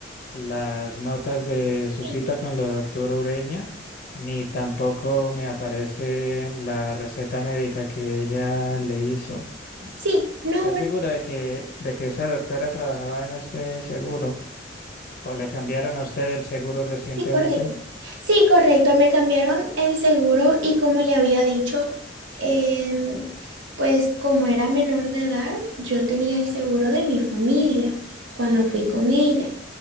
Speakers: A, on the left; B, on the right.
A: las notas de su
B: Sí,
A: cita con la doctora Ureña, ni tampoco me aparece la receta médica que ella le hizo.
B: sí, no,
A: ¿Está
B: bueno.
A: segura de que, de que esa doctora trabajaba en este seguro? ¿O le cambiaron a usted el seguro recientemente?
B: Sí, correcto. Sí, correcto. Me cambiaron el seguro y como le había dicho, em, pues como era menor de edad, yo tenía el seguro de mi familia cuando fui con ella.